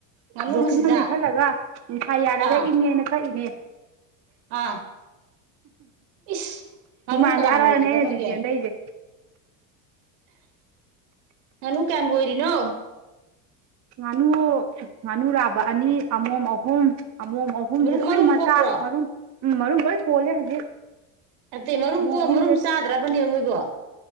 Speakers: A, on the right; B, on the right.
A: ꯉꯥꯅꯨ
B: ꯖꯣꯀꯤꯡꯒ
A: ꯃꯆꯤꯟꯖꯥꯛ
B: ꯂꯤꯠꯁꯜꯂꯒ ꯅꯨꯡꯁꯥ ꯌꯥꯏꯔꯒ
A: ꯑꯥ
B: ꯏꯪꯉꯦꯅ ꯀꯛꯏꯅꯦ
A: ꯑꯥ ꯏꯁ ꯉꯥꯅꯨ
B: ꯍꯨꯃꯥꯡ
A: ꯀꯌꯥꯝ
B: ꯀꯥꯔꯅꯦ
A: ꯂꯣꯏꯔꯤꯕ
B: ꯑꯩꯅ ꯍꯧꯖꯤꯛ
A: ꯅꯣꯏꯒꯤ
B: ꯆꯦꯟꯗꯩꯖꯦ
A: ꯉꯥꯅꯨ ꯀꯌꯥꯝ ꯂꯣꯏꯔꯤꯅꯣ
B: ꯉꯥꯅꯨ ꯉꯥꯅꯨ ꯂꯥꯕ ꯑꯅꯤ ꯑꯃꯣꯝ ꯑꯍꯨꯝ ꯑꯃꯣꯝ <unintelligible> ꯑꯍꯨꯝꯖꯦ
A: ꯃꯔꯨꯝ
B: ꯂꯣꯏ
A: ꯃꯔꯨꯝ
B: ꯃꯆꯥ
A: ꯀꯣꯛꯄ꯭ꯔꯣ
B: ꯃꯔꯨꯝ ꯎꯝ ꯃꯔꯨꯝ ꯂꯣꯏ ꯀꯣꯜꯂꯦ ꯍꯧꯖꯤꯛ
A: ꯅꯠꯇꯦ ꯃꯔꯨꯝ
B: ꯑꯃꯣꯝ
A: ꯀꯣꯛꯑ
B: ꯑꯍꯨꯝꯁꯦ
A: ꯃꯔꯨꯝ ꯆꯥꯗ꯭ꯔꯕꯅꯦ ꯅꯣꯏꯕꯨ